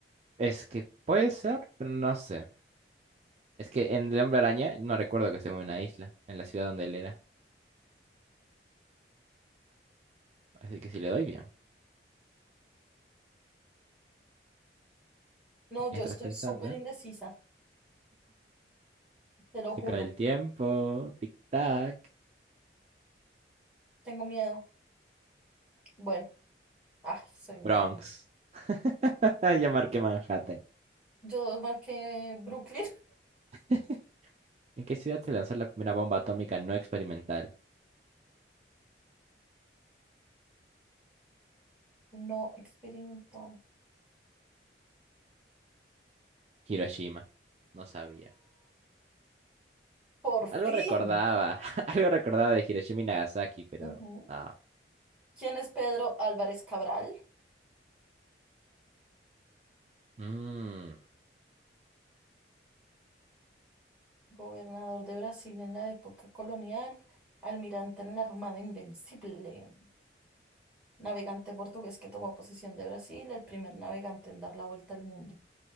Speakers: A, on the right; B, in the centre.
A: Es que puede ser, pero no sé. Es que en El Hombre Araña no recuerdo que esté en una isla, en la ciudad donde él era. Así que si le doy bien.
B: No, yo
A: ¿Estás
B: estoy
A: pensando?
B: súper indecisa. Te lo
A: Se
B: juro,
A: acaba el tiempo. Tic-tac.
B: tengo miedo. Bueno, ay, soy un
A: Bronx.
B: árbol.
A: <laughs> Ya marqué Manhattan.
B: Yo más que Brooklyn,
A: <laughs> ¿En qué ciudad se lanzó la primera bomba atómica no experimental?
B: <laughs> no experimentaron.
A: Hiroshima. No sabía.
B: Por fin.
A: Algo recordaba. <laughs> Algo recordaba de Hiroshima y Nagasaki, pero.
B: Ujú.
A: Ah.
B: ¿Quién es Pedro Álvarez Cabral?
A: Mm,
B: Gobernador de Brasil en la época colonial, almirante en la Armada Invencible, navegante portugués que tomó posesión de Brasil, el primer navegante en dar la vuelta al mundo.